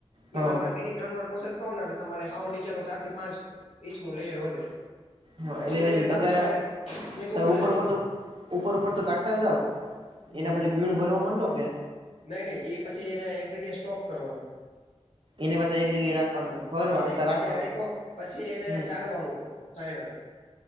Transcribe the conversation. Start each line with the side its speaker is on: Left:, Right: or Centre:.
Left: એ
Right: હ
Left: પ્રમાણે બેથી ત્રણ વાર પ્રોસેસ કર તમારે ની, નીચે નુ ચાર થી પાંચ ઇંચ નું લેયર વધે,
Right: હા, એટલે
Left: એ
Right: પછી
Left: લેયર
Right: તગરા
Left: કાચ તમે ભેગું
Right: તમે
Left: કરી
Right: ઉપર
Left: લ્યો
Right: ઉપર તો, ઉપર ઉપર તો કાઢતા જાવ
Left: હમ
Right: એના પાછી વીણ ભરવા માંડો કે.
Left: નઈ નહી એ પછી એને એક જગ્યાએ સ્ટોક કરવાનો.
Right: એને પાસે એક જગ્યાએ રાખવાનું ભરવા
Left: એને
Right: અચ્છા
Left: એક જગ્યા
Right: રાખવાનું
Left: રાખો પછી એને
Right: હમ
Left: ચાડવાનું થાય <inaudible>